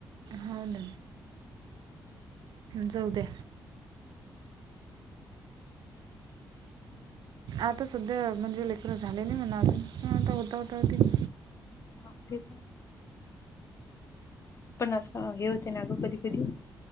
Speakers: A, on the right; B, on the left.
A: होन!
B: <unintelligible>
A: जाऊद्या. आता सध्या म्हणजे लेकरन झाले नाही म्हला अजून. मता हताव हतव तं,
B: हा तेच, पण असं हे होते ना ग कधी- कधी